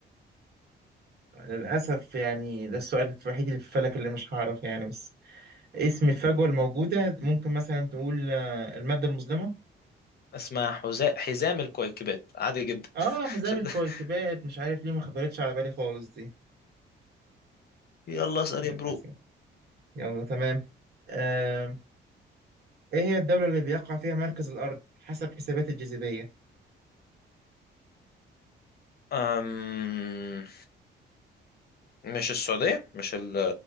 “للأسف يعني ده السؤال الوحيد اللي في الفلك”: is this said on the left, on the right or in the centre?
Right